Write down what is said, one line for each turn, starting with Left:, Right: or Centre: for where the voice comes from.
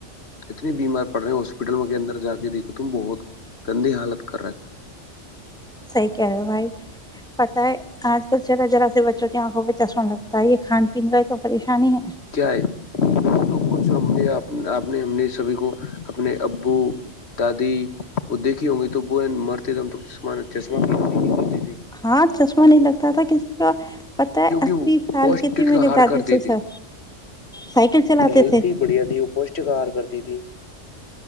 Left: اتنی بیمار پڑ رہے ہیں ہاسپٹلوں کے اندر جا کے دیکھو تم بہت گندے حالت کر رہے تھے
Centre: صحیح کہہ رہے ہو بھائی پتہ ہے اج کل چلو ذرا سے بچوں کی انکھوں پہ چسن لگتا ہے یہ کھان پین کا ہی تو پریشانی ہے
Left: کیا ہے تو کچھ ہم نے اب اپ نے انیس سوے کو اپنے ابو دادی وہ دیکھی ہو گئی تو ب مرتے دم تک جسمانی
Centre: ہاں چشمہ نہیں لگتا تھا کسی کا پتہ ہے
Left: کیونکہ
Centre: اسی
Left: وہ
Centre: سال
Left: گوشت
Centre: کی تھی میرے
Left: کا ہار
Centre: دادی
Left: کر دی
Centre: سسر
Left: تھی
Centre: سائیکل چلاتے
Left: ہلتی
Centre: تھے
Left: بڑھیا تھی وہ پشت کار کرتی تھی